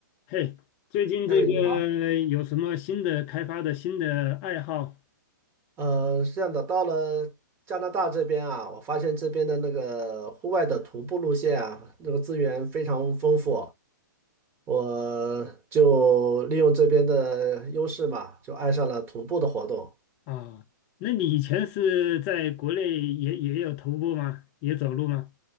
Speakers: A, on the left; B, on the right.
A: 嘿，最近这个有什么新的开发的新的爱好
B: 哎，你好，呃，是这样的，到了加拿大这边啊，我发现这边的那个户外的徒步路线啊，那个资源非常丰富，我就利用这边的优势嘛，就爱上了徒步的活动，
A: 啊？那你以前是在国内也也有徒步吗？也走路吗？